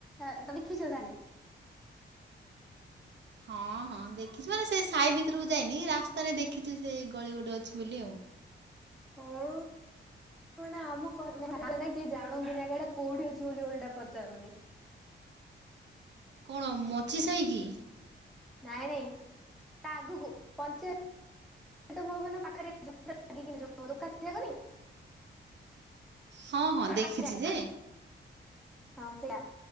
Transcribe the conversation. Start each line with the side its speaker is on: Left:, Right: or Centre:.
Centre: ତମେ ଦେଖିଛ ତାହେଲେ
Right: ହଁ ହଁ ଦେଖିଛି ମାନେ ସେ ସାହି ଭିତରକୁ ଯାଇନି ରାସ୍ତାରେ ଦେଖିଛି ସେ ଗଳି ଗୋଟେ ଅଛି ବୋଲି ଆଉ
Centre: ହଁ ଆମ <unintelligible> ଜାଣନ୍ତିନି ଟା କଉଠି ଅଛି ବୋଲି ଓଲଟା ପଚାରନ୍ତି।
Right: କଣ ମଚି ସାହି କି?
Centre: ନାଇଁ ନାଇଁ ତା ଆଗକୁ ପଞ୍ଚା ୟତ ଭବନ ପାଖରେ <unintelligible>
Right: ହଁ ହଁ ଦେଖିଛି
Centre: ପାଖରେ
Right: ଯେ
Centre: ହଁ ସେଇଟା